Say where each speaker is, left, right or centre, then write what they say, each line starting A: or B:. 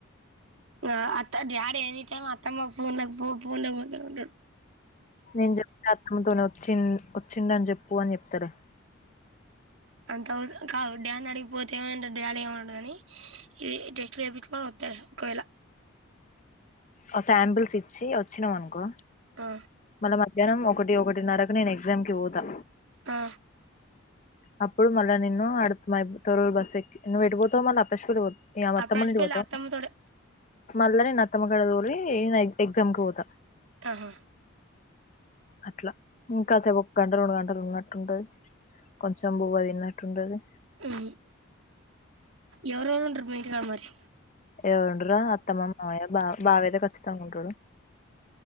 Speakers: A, on the right; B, on the left.
A: అ అత్త డాడీ ఎనిటైమ్ అత్తమ్మకు ఫోన్లో, ఫో ఫో ఫోన్ కొడుతుంటాడు
B: నేను చెప్తే అత్తమ్మతోనే వచ్చి వచ్చిండ అని చెప్పు అని చెప్తార
A: అంతవసరం కా డ్యాడ్ నడిగిపోతేమైందిర డ్యాడ్ ఏమన్డు గనీ ఇది టెస్ట్ చేపిచ్చుకొ సరే ఒకవేళ
B: ఆ శాంపిల్స్ ఇచ్చి వచ్చినాం అనుకో
A: ఆ
B: మధ్యాహ్నం ఒకటి ఒకటిన్నరకు నేను ఎగ్జామ్ కి పోతా
A: ఆ
B: అప్పుడు మళ్ళ నిన్నూ అడు మైబ్ తరూర్ బస్సెక్కి నువ్వేటు బోతవ్ మళ్ళ ఆ ప్రష్ ఏ మా
A: ఆ
B: అత్తమ్మవాళ్ళ
A: బ్రష్
B: ఇంటికి
A: పెళ్ళి
B: పోత
A: అత్తమ్మతోటే
B: మళ్ళ నేనత్తమ్మ కాడ తోలీ న ఎగ్జమ్కి పోత
A: ఆహ
B: అట్లా ఇంకాసేపు ఒక గంట రెండు గంటలు ఉన్నట్టుంటది కొంచెం బూయనట్టు ఉంటది
A: హ్ ఎవరెవరుంటరు మీ ఇంటి కాడ మరి
B: ఎవరుంటరా అత్తమ్మ మ మామయ్య బా బావైతె ఖచ్చితంగుంటడు